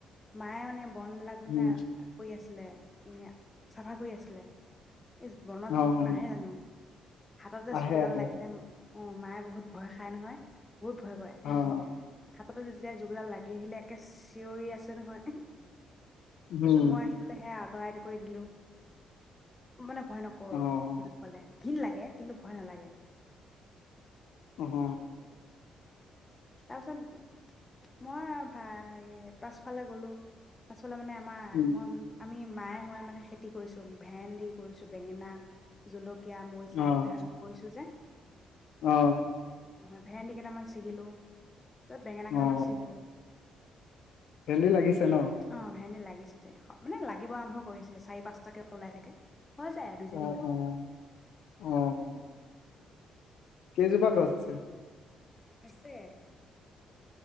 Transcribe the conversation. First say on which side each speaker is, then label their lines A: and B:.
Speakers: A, on the left (about 20°); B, on the left (about 75°).
A: মায়ে মানে বন বিলাক, মানে
B: উম,
A: কৰি আছে। <unintelligible> চাফা কৰি আছিলে। এই বনত
B: অ',
A: জোক নাহে জানো? হাততে
B: আহে
A: জোক এডাল
B: আহে
A: লাগিলে অ', মায়ে বহুত ভয় খায় নহয়। বহুত ভয় কৰে।
B: অ',
A: হাততে যেতিয়া জোকডাল লাগি আহিলে একে জীয়ৰী আছে নহয় তাৰপিছত
B: উম।
A: মই আহি পেলাই সেয়া অতৰাই ঠিক কৰি দিলো। মানে ভয় নকৰো,
B: অ',
A: জোকলে। ঘিণ লাগে কিন্তু ভয় নেলাগে।
B: অ হ।
A: তাৰপিছত মই ভা হেৰি পাছফালে গ'লো। <unintelligible> মানে আমাৰ
B: উম,
A: মই আমি মায়ে ময়ে মানে খেতি কৰিছো। ভেন্দি কৰিছো বেঙেনা, জলকীয়া জলকীয়া, মৰিছা
B: অ',
A: এইকেইটাহাত কৰিছোঁ যে।
B: অ
A: অ ভেন্দি কেইটামান চিঙিলো। অ বেঙেনা কেইটামান
B: অ',
A: চিঙিলো।
B: ভেন্দি লাগিছে? ন?
A: অ ভেন্দি লাগিছে। মানে লাগিব আৰম্ভ কৰিছে চাৰি পাঁচটাকে ওলাই থাকে। পোৱা যায় আৰু দুজনী
B: অ',
A: মান
B: অ', অ', কেইজোপা গছ আছে?
A: আছে